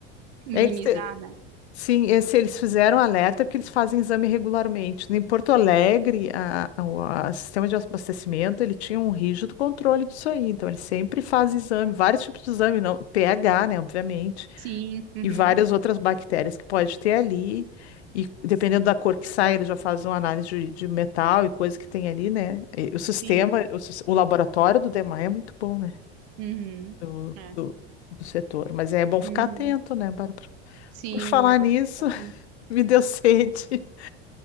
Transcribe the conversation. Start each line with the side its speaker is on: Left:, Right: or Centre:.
Right: minimizar,
Left: É isso que-
Right: né?
Left: sim, é, se eles fizeram alerta, é porque eles fazem exame regularmente. Em Porto Alegre, a, a- o a- o sistema de abastecimento, ele tinha um rígido controle disso aí. Então, ele sempre faz exame, vários tipos de exame, não, pH, né, obviamente
Right: Sim, uhum,
Left: e várias outras bactérias que pode ter ali. E dependendo da cor que sai, eles já fazem uma análise de, de metal e coisa que tem ali, né? E o sistema,
Right: sim,
Left: o, sis- o laboratório do DEMAI é muito bom, né?
Right: uhum,
Left: Do,
Right: é,
Left: do, do setor. Mas é bom ficar
Right: uhum.
Left: atento, né, Bárbara?
Right: Sim,
Left: Por falar
Right: não,
Left: nisso,
Right: eu vou ficar assim.
Left: <laughs> me deu sede.